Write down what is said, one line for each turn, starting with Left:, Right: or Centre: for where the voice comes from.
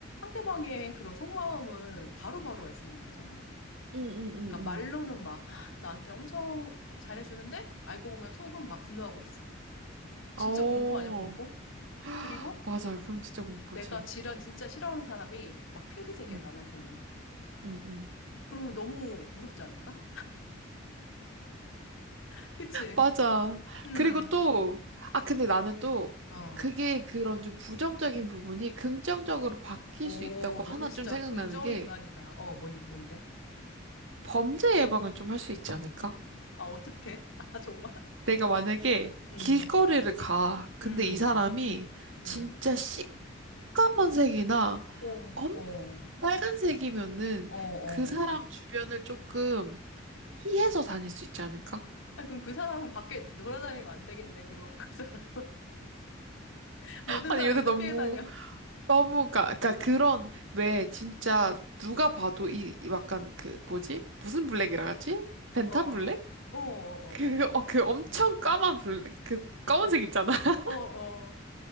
Left: 상대방의 그런 속마음을 바로바로 알 수 있는 거잖아.
Right: 음, 음,
Left: 그러니까
Right: 음,
Left: 말로는 막 "헉, 나한테 엄청 막 잘해주는데 알고 보면 속은 막 분노하고 있어. 진짜
Right: 음. 어,
Left: 공포 아니야, 공포?
Right: <gasps>
Left: 그리고
Right: 맞아. 그럼 진짜 공포지.
Left: 내가 지라, 진짜 싫어하는 사람이 막 핑크색이야,
Right: 음,
Left: 나만 보면.
Right: 음, 음.
Left: 그러면 너무 무섭지 않을까? <laughs> 그치?
Right: 맞아.
Left: 음,
Right: 그리고 또, 아, 근데 나는 또,
Left: 어.
Right: 그게 그런 좀 부정적인 부분이 긍정적으로 바뀔
Left: 오,
Right: 수 있다고 하나
Left: 너는 진짜
Right: 좀 생각나는
Left: 긍정
Right: 게,
Left: 인간이다. 어, 뭔, 뭔데?
Right: 범죄 예방을 좀 할 수 있지 않을까?
Left: 아, 어떡해? <laughs> 아, 정말?
Right: 내가 만약에
Left: 음,
Right: 길거리를 가. 근데
Left: 음,
Right: 이 사람이
Left: 음.
Right: 진짜 시커먼 색이나
Left: 오,
Right: 엄청
Left: 어,
Right: 빨간색이면은
Left: 어, 어.
Right: 그 사람 주변을 조금 피해서 다닐 수 있지 않을까?
Left: 아, 그럼 그 사람은 밖에 놀아다니면 안 되겠네. 그럼 그 사람, <laughs> 모든
Right: 아니,
Left: 사람들이
Right: 요새 너무
Left: 다 피해 다녀.
Right: 너무 가, 그러니까 그런 왜 진짜 누가 봐도 이, 이 약간 그 뭐지? 무슨 블랙이라 하지? 벤탄
Left: 어,
Right: 블랙?
Left: 어, 어, 어,
Right: 그, 어, 그 엄청 까만 블랙, 그 검은색 있잖아. <laughs>
Left: 어, 어,